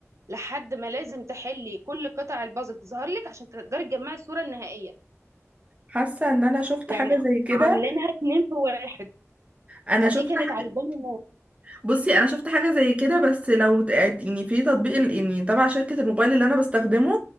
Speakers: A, on the right (about 70°); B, on the right (about 25°).
A: لحد ما لازم تحلي كل قطع البازل تظهر لك عشان تقدري تجمعي الصورة النهائية
B: حاسه ان انا شفت
A: يعني
B: حاجه زي كده
A: عاملينها اتنين في واحد
B: انا
A: فدي
B: شفت
A: كانت
B: حاجه
A: عجباني موت
B: بصي انا شفت حاجه زي كده بس لو ت- يعني في تطبيق ال- يعني تبع شركه الموبايل اللي انا بستخدمه